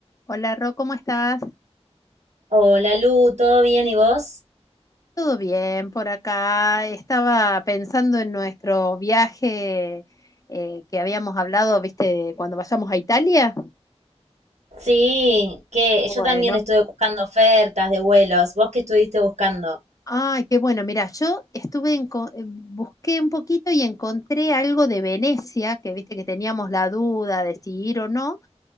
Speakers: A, on the left; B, on the right.
A: Hola, Ro, ¿cómo estás?
B: Hola Lu, ¿todo bien y vos?
A: Todo bien por acá. Estaba pensando en nuestro viaje eh, que habíamos hablado, viste, cuando vayamos a Italia.
B: Sí, que
A: Bueno,
B: yo también estuve buscando ofertas de vuelos. ¿Vos qué estuviste buscando?
A: ay, qué bueno. Mira, yo estuve en, co- eh, busqué un poquito y encontré algo de Venecia, que viste que teníamos la duda de si ir o no.